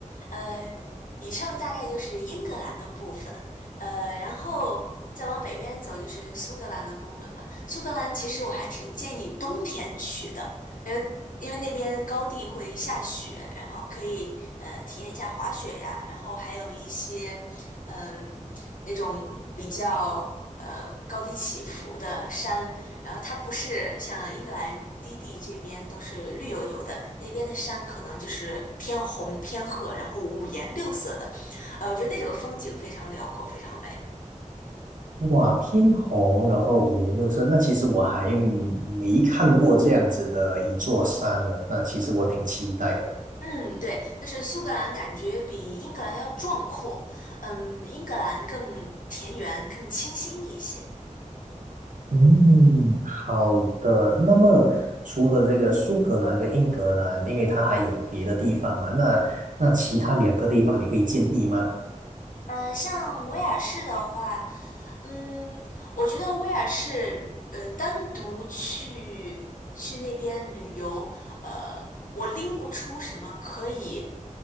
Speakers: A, on the left; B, on the right.
A: 呃，以上大概就是英格兰的部分，呃，然后再往北边走就是苏格兰的部分嘛。苏格兰其实我还挺建议冬天去的，因为因为那边高地会下雪，然后可以呃体验一下滑雪呀，然后还有一些嗯、那种比较呃高低起伏的山，然后它不是像英格兰低地这边都是绿油油的，那边的山可能就是偏红偏褐，然后五颜六色的，呃，我觉得那整个风景非常辽阔，非常美。
B: 哇，偏红，然后五颜六色，那其实我还没看过这样子的一座山呢，那其实我挺期待的。
A: 嗯，对，就是苏格兰感觉比英格兰要壮阔，嗯，英格兰更田园，更清新一些。
B: 嗯，好的。那么除了这个苏格兰跟英格兰，因为它还有别的地方嘛，那那其他两个地方你会建议吗？
A: 呃，像威尔士的话，嗯，我觉得威尔士，呃，单独去去那边旅游，呃，我拎不出什么可以。